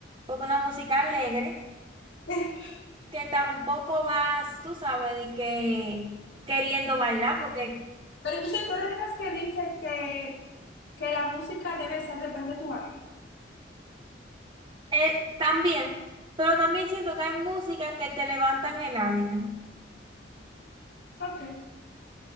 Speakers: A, on the right (about 25°); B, on the left (about 75°).
A: porque una música alegre,
B: <laughs>
A: que tampoco vas, tú sabes, de que queriendo bailar, porque...
B: Pero entonces tú eres de las que dice que, que la música debe ser, depende de tu ánimo.
A: Eh, también, pero también siento que hay músicas que te levantan el ánimo.
B: Ok.